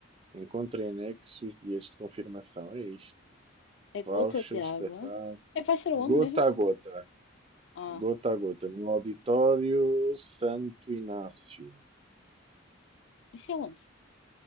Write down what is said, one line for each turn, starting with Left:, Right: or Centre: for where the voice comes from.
Right: Encontre em anexo os bilhetes de confirmação. É isto.
Left: a gota
Right: Voucher,
Left: de
Right: espetáculo.
Left: água. É, vai ser onde
Right: Gota
Left: mesmo?
Right: a gota.
Left: Ah,
Right: Gota a gota. No auditório Santo Inácio.
Left: isso é onde?